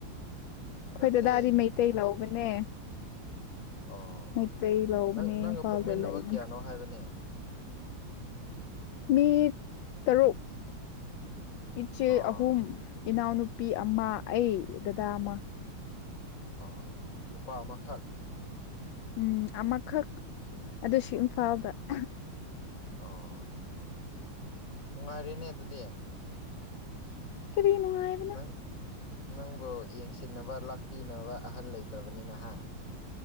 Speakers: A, on the left; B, on the left.
A: ꯑꯩꯈꯣꯏ
B: ꯅꯠꯇꯦ
A: ꯗꯗꯥꯗꯤ ꯃꯩꯇꯩ
B: ꯌꯨꯝ
A: ꯂꯧꯕꯅꯦ
B: ꯑꯣ
A: ꯃꯩꯇꯩ
B: ꯑꯣ
A: ꯂꯑꯣꯕꯅꯦ
B: ꯅꯪ ꯅꯪꯒ
A: ꯐꯜꯗ
B: ꯄꯣꯛꯃꯤꯟꯅꯕ
A: ꯂꯩꯕꯅꯤ
B: ꯀꯌꯥꯅꯣ ꯍꯥꯏꯕꯅꯦ
A: ꯃꯤ ꯇꯔꯨꯛ ꯏꯆꯦ
B: ꯑꯥ
A: ꯑꯍꯨꯝ ꯏꯅꯥꯎꯅꯨ ꯅꯨꯄꯤ ꯑꯃ ꯑꯩ ꯗꯗꯥ ꯑꯃ
B: ꯑꯣ ꯅꯨꯄꯥ ꯃꯈꯛ
A: ꯎꯝ ꯑꯃꯈꯛ ꯑꯗꯨꯁꯨ
B: ꯑꯥ
A: ꯏꯝꯐꯥꯎꯕ <inaudible>
B: ꯑꯥ ꯅꯨꯡꯉꯥꯏꯔꯦꯅꯦ ꯑꯗꯨꯗꯤ
A: ꯀꯔꯤꯅꯅꯨꯡꯉꯌꯦꯕꯅ
B: ꯅꯪ ꯅꯪꯕꯨ ꯌꯦꯡꯁꯤꯟꯅꯕ ꯂꯥꯛꯄꯤꯅꯕ ꯑꯍꯜ ꯂꯩꯇ꯭ꯔꯕꯅꯤ ꯅꯍꯥꯟ